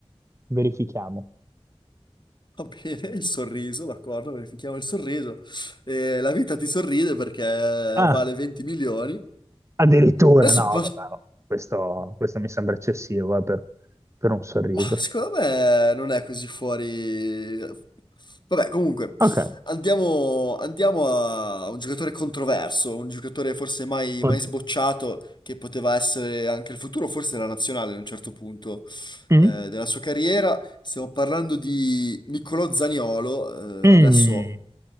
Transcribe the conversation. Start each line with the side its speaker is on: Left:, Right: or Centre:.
Right: verifichiamo.
Left: Va bene, il sorriso, d'accordo, verifichiamo il sorriso. Eh, la vita ti sorride perché
Right: Ah.
Left: vale 20 milioni.
Right: Addirittura,
Left: Adesso
Right: no,
Left: po-
Right: vabbè, no. Questo, questo mi sembra eccessivo eh, per, per un sorriso.
Left: Ma secondo me non è così fuori. Vabbè, comunque,
Right: Ok,
Left: andiamo, andiamo a un giocatore controverso, un giocatore forse mai,
Right: oddio.
Left: mai sbocciato, che poteva essere anche il futuro, forse la nazionale a un certo punto
Right: Mm?
Left: eh, della sua carriera. Stiamo parlando di Niccolò Zaniolo.
Right: Mm.
Left: eh, adesso